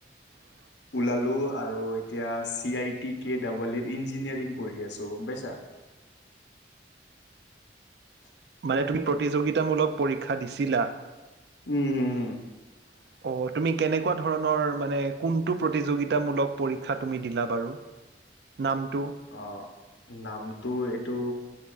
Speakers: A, on the right (about 65°); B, on the left (about 85°).
A: <inaudible>
B: ওলালো আৰু এতিয়া C I T K double E engineering কৰি আছো গম পাইছা। <inaudible>
A: মানে তুমি প্ৰতিযোগিতামূলক পৰীক্ষা দিছিলা।
B: উম, হুম হুম।
A: <inaudible> অ', তুমি কেনেকুৱা ধৰণৰ মানে কোনটো প্ৰতিযোগিতামূলক পৰীক্ষা তুমি দিলা বাৰু? নামটো?
B: অ', নামটো এইটো